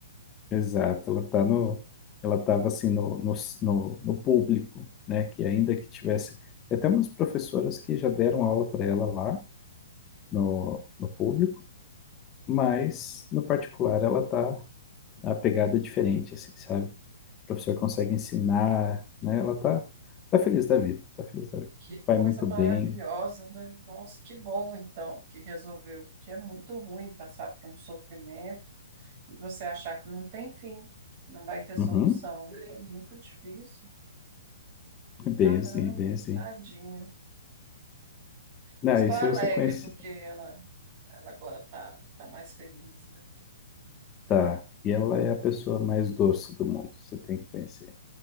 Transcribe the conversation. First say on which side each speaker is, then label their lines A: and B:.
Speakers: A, on the left (about 25°); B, on the right (about 45°).
A: exato, ela tá no, ela tava assim no, no, no, no público, né? Que ainda que tivesse, tem até umas professoras que já deram aula para ela lá no, no público Mas, no particular, ela tá a pegada é diferente, assim, sabe? O professor
B: Hum.
A: consegue ensinar, né? Ela tá, tá feliz da vida, tá feliz da vida.
B: Que
A: Vai
B: coisa
A: muito
B: maravilhosa,
A: bem.
B: né? Nossa, que bom então que resolveu, que é muito ruim passar por um sofrimento e você achar que não tem fim, não vai ter
A: Uhum.
B: solução. É muito difícil.
A: É Bem
B: Caramba,
A: assim, é bem assim.
B: tadinha.
A: Não,
B: Mas estou
A: e se
B: alegre
A: você conhecer...
B: porque ela, ela agora está tá tá mais feliz, né?
A: Tá, e ela é a pessoa mais doce do mundo, você tem que conhecer.